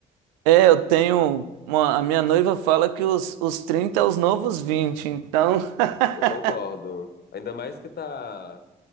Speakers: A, on the right; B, on the left.
A: É, eu tenho. Uma, a minha noiva fala que os, os 30 é os novos 20. então. <laughs>
B: Eu concordo. Ainda mais que tá